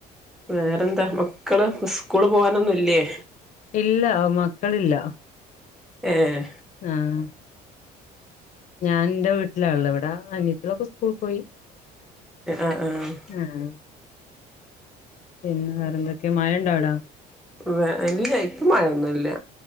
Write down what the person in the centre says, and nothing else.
വേറന്ത? മക്കള് സ്ക്കൂള് പോകാനൊന്നുല്ല്യേ?
ഏഹ്.
ആഹ് ആഹ്
വെ ഇല്ല്യ ഇപ്പം മഴയൊന്നുല്ല.